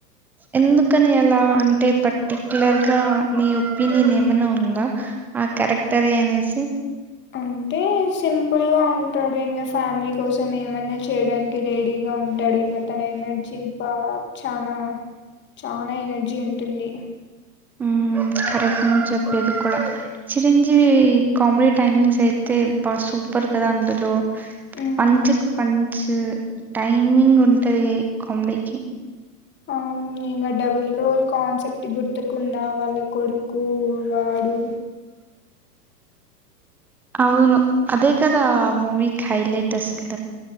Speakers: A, in the centre; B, on the left.
A: ఎందుకని అలా అంటే పర్టికులర్ గా నీ ఒపీనియన్ ఏమన ఉందా ఆ క్యారెక్టరే అనేసి
B: అంటే సింపుల్ గా ఉంటాది ఇంగ ఫ్యామిలి కోసం ఏమన్నా చేయడానికి రెడీగా ఉంటాడు ఇంగ తన ఎనర్జీ బా ఛాన ఛాన ఎనర్జీ ఉంటుంది
A: ఆమ్ కరెక్ట్ నువ్ చెప్పేది కుడ చిరంజీవి కామిడీ టైమింగ్సైతే అబ్బ సూపర్ కదా అందులో
B: మ్
A: పంచుక్ పంచ్ టైమింగ్ ఉంటది కామ్డికి
B: అవును ఇంగ డబుల్ రోల్ కాన్సెప్ట్ గుర్తుకుందా వాళ్ళ కొడుక్ కూ వాడు
A: ఔను అదే కదా మూవిక్హైలైట్ అసల్